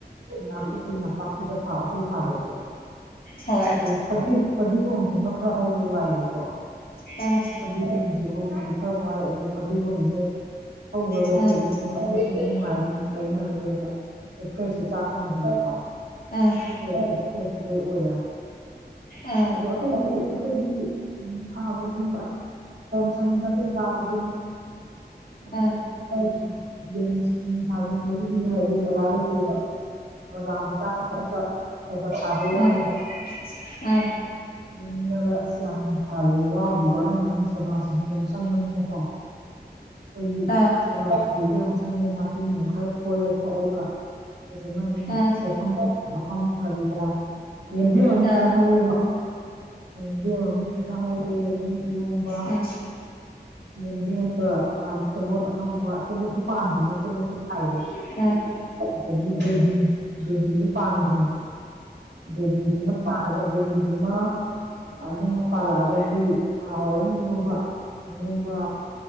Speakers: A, on the right; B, on the left.
A: ꯅꯥꯀꯨꯞꯄꯤ ꯅꯥꯄꯥꯛ ꯄꯤꯒ ꯊꯥꯎ ꯑꯇꯩ ꯊꯥꯗ꯭ꯔꯁꯨ
B: ꯍꯣꯏ
A: ꯑꯗꯨ ꯐꯗꯤ ꯐꯗꯤꯒꯣꯝꯖꯤꯃ ꯈꯔ ꯍꯧꯕ ꯋꯥꯏꯌꯦꯕꯀꯣ
B: ꯎꯝ
A: ꯐꯗꯤꯒꯣꯝꯖꯦ ꯍꯧꯕꯗꯤ ꯈꯔ ꯋꯥꯏ ꯑꯗꯣ ꯐꯗꯤꯒꯣꯝꯖꯦ ꯍꯧꯒ꯭ꯔꯒꯖꯨ
B: ꯎꯝ
A: ꯑꯃꯨꯛ <unintelligible> ꯅꯨꯡꯉꯥꯏꯗꯣꯢꯅꯤ ꯂꯩꯅꯔꯔꯣꯏꯕ ꯗ ꯐ꯭ꯔꯦꯁꯁꯨ ꯆꯥ ꯐꯪꯉꯦꯗꯅꯀꯣ
B: ꯎꯝ ꯎꯝ
A: ꯐ꯭ꯔꯦꯁ ꯐ꯭ꯔꯦꯁꯁꯨꯨ ꯂꯣꯏ ꯑꯣꯏꯔꯦ
B: ꯑꯥ
A: ꯑꯗꯣ ꯑꯇꯩꯗꯤ ꯑꯇꯩꯗꯤ ꯊꯥꯕꯒꯤ <unintelligible> ꯆꯪꯉꯤꯗ ꯑꯇꯩꯗꯤ <unintelligible>
B: ꯎꯝ ꯎꯝ
A: ꯕꯤꯟꯁ ꯅꯨꯡ ꯊꯥꯖꯤꯟꯕꯒꯤꯗꯤ <unintelligible> ꯃꯤ ꯖꯒꯥ ꯂꯩ ꯑꯣꯖꯥ ꯃꯆꯥ ꯈꯛꯇꯪꯗ ꯈꯒ ꯊꯥꯕ
B: ꯎꯝ
A: ꯋꯥꯅꯦꯕ
B: ꯎꯝ ꯎꯝ
A: ꯃꯤꯅꯒ ꯌꯥꯝ ꯌꯥꯝ ꯊꯥꯕꯖꯤ ꯋꯥꯕꯨꯗꯤ ꯋꯥꯔꯝꯒꯅꯤ ꯁꯣꯕꯥ ꯁꯦ ꯕꯤ ꯌꯥꯝ ꯆꯪꯕꯅꯤꯅꯀꯣ ꯑꯈꯣꯏꯗꯤ
B: ꯑꯥ
A: ꯁꯦꯕꯥꯥ ꯁꯦꯕꯤꯗꯤ ꯌꯥꯝ ꯆꯪꯉꯦ ꯅꯥꯄꯤ ꯅꯨꯡ ꯈꯔ ꯐꯣꯏꯔ ꯈꯣꯠꯂꯒ ꯐꯖꯅ ꯑꯗꯨꯝ
B: ꯎꯝ
A: ꯍꯦꯛꯐꯝ ꯃꯐꯝ ꯀꯔꯤ ꯀꯔꯥ ꯌꯦꯟꯗꯦꯝ ꯑꯃ
B: ꯑꯥ
A: ꯐꯖ ꯍꯧꯔꯦꯍꯦ ꯌꯦꯟꯗꯦꯝ ꯑꯃꯨꯛ ꯐꯖ ꯍꯧꯔꯦ ꯌꯦꯟꯗꯦꯝ ꯏꯔꯣꯝꯕ
B: ꯎꯝ ꯎꯝ
A: ꯌꯦꯟꯗꯦꯝꯒ ꯑ ꯁꯦꯕꯣꯠ ꯑꯅꯧꯕ ꯁꯦꯕꯣꯠꯁꯨ ꯄꯥꯟꯗ꯭ꯔꯤꯌꯦ ꯁꯦꯕꯣꯠꯁꯨ ꯊꯥꯏꯌꯦ
B: ꯎꯝ ꯎꯝ ꯎꯝ
A: ꯑꯗꯒꯤ ꯕꯦꯕꯤ ꯕꯦꯕꯤꯖꯨ ꯄꯥꯟꯗ꯭ꯔꯤ ꯕꯦꯕꯤꯗꯨꯃ <unintelligible> ꯗꯦꯕꯤ ꯗꯨꯃ ꯑꯗꯨꯃ ꯄꯥꯜꯂꯛꯑꯒꯗꯤ ꯍꯥꯎꯔꯅꯤ ꯏꯔꯣꯝꯕ ꯏꯔꯣꯝꯕ